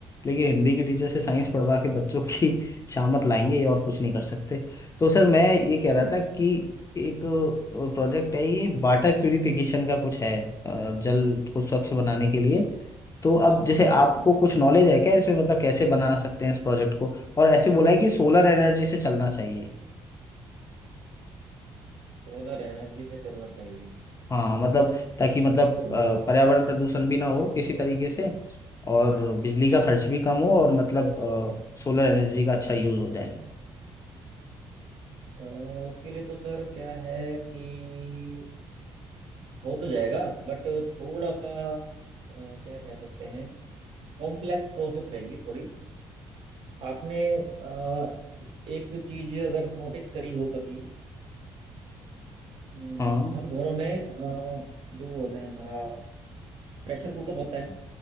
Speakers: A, on the left (about 30°); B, on the right (about 65°).
A: लेकिन हिंदी की टीचर से साइंस पढ़वा के बच्चों की <laughs> शामत लाएंगे ये और कुछ नहीं कर सकते तो सर मैं ये
B: अच्छा
A: कह रहा था कि एक प्रोजेक्ट है ये वाटर प्यूरिफिकेशन का कुछ है अ, जल को स्वच्छ बनाने
B: अच्छा
A: के लिए तो अब जैसे आपको
B: हम्म
A: कुछ नॉलेज है क्या इसमें मतलब कैसे बना सकते हैं इस प्रोजेक्ट को और ऐसे बोला है कि सोलर एनर्जी से चलना चाहिए
B: सोलर एनर्जी से चलना चाहिए
A: हाँ मतलब ताकि
B: हम
A: मतलब
B: तो
A: अ,
B: हो
A: पर्यावरण प्रदूषण भी ना हो किसी तरीके से और बिजली का खर्च भी कम हो और मतलब सोलर एनर्जी का अच्छा यूज हो जाए
B: अ, उसके लिए तो सर क्या है कि हो तो जाएगा बट थोड़ा सा अ, क्या कह सकते हैं कॉम्प्लेक्स प्रोसेस रहेगी थोड़ी आपने अ, एक चीज अगर नोटिस करी हो कभी अम,
A: हाँ
B: हम घरों में अ, जो होता है हमारा प्रेशर कुकर होता है ना